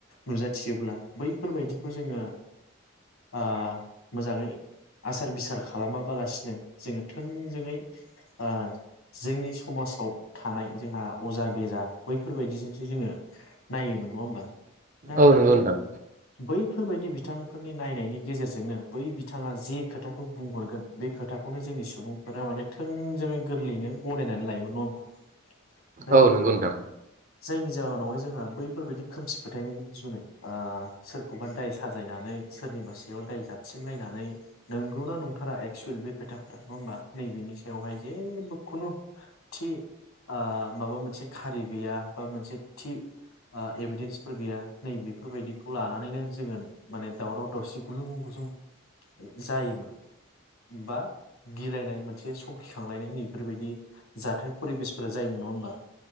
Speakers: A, on the left; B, on the right.
A: नुजाथियोब्ला बैफोरबायदिखौ जोङो आह मोजाङै आसार बिसार खालामाबालासिनो जोङो थोंजोङै आ- जोंनि समाजाव थानाय जोंहा अजा बेजा बैफोरबायदिजोंसो जोङो। नायोमोन नङा होमबा? दा
B: औ नंगौ नोंथां
A: बैफो फोरबायदि बिथांफोरनि नायनायनि गेजेरजोंनो बै बिथाङा जि खोथाखौ बुंहरगोन बे खोथाखौनो जोंनि सुबुंफोरा माने थोंजोङै गोरलैयैनो गनायनानै लायोमोन नङा होमबा? हो
B: औ नंगौ नोंथां
A: जायनि जाउनावहाय। जोंहा बैफोरबायदि खोमसि फोथायनायनि जुनै ओ-सोरखौबा दाय साजायनानै सोरनि सायाव दाय जाबसिनलायनानै नंगौना नंथारा एक्सुेलि बे खोथाफ्रा नङा होनबा नै बेनि सायाव जेबबो खुनु थि ओ- माबा मोनसे खारि गैया बा बा मोनसे थि ओ- एभिडेन्सफोर गैया नै बेफोरबायदिखौ लानानैनो जोङो माने दावराव दावसि गुलुं गुजुं जायोमोन बा गिलायनाय मोनसे सखिखांलायनाय नैफोरबायदि जाथाय फरिबेसफोरा जायोमोन नङा होमबा?